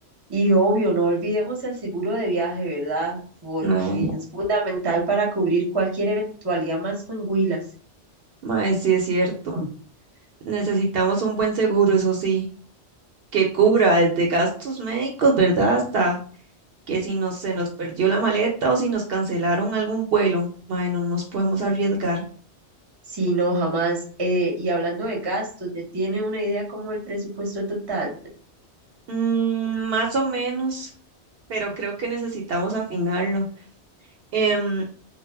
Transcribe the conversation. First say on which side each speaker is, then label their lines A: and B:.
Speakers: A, on the right; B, on the right.
A: Y obvio, no olvidemos el seguro de viaje, ¿verdad? Porque
B: Mae,
A: es fundamental para cubrir cualquier eventualidad más con Huilas.
B: mae, sí es cierto. Necesitamos un buen seguro, eso sí, que cubra desde
A: Sí,
B: gastos médicos, ¿verdad? Hasta que si nos, se nos perdió la maleta o si nos cancelaron algún vuelo. Mae, no nos podemos
A: sí,
B: arriesgar.
A: sí, no, jamás. Eh, y hablando de gastos, ¿ya tiene una idea como el presupuesto total?
B: Mm, más o menos. pero creo que necesitamos afinarlo. Em,